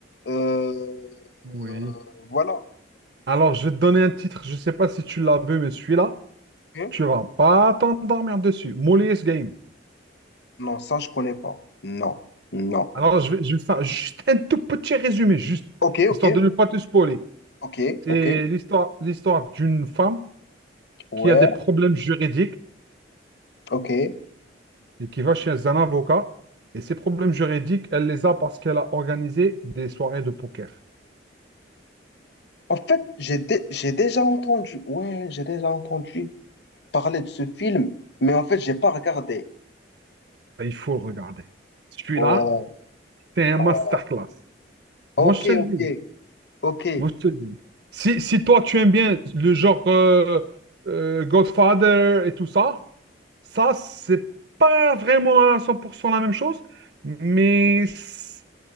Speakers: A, on the left (about 60°); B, on the right (about 55°).
A: Euh,
B: Oui.
A: euh, voilà.
B: Alors, je vais te donner un titre, je ne sais pas si tu l'as vu, mais celui-là,
A: Ok.
B: tu vas pas t'endormir dessus. Molly's Game.
A: Non, ça, je connais pas. Non, non.
B: Alors, je vais, je vais faire juste un tout petit résumé, juste,
A: Ok, ok,
B: histoire de ne pas te spoiler.
A: ok,
B: C'est
A: ok.
B: l'histoire, l'histoire d'une femme
A: Ouais,
B: qui a des problèmes juridiques
A: ok.
B: et qui va chez un avocat. Et ces problèmes juridiques, elle les a parce qu'elle a organisé des soirées de poker.
A: En fait, j'ai dé- j'ai déjà entendu. Ouais, j'ai déjà entendu. parler de ce film, mais en fait, j'ai pas regardé.
B: Et il faut le regarder. Celui-là,
A: Ouais,
B: c'est un
A: ouais.
B: masterclass.
A: Ok,
B: Moi, je te le
A: ok,
B: dis.
A: ok.
B: Moi, je te le dis. Si, si toi, tu aimes bien le genre euh, euh, Godfather et tout ça, ça, c'est pas vraiment à 100% la même chose, mais c'est-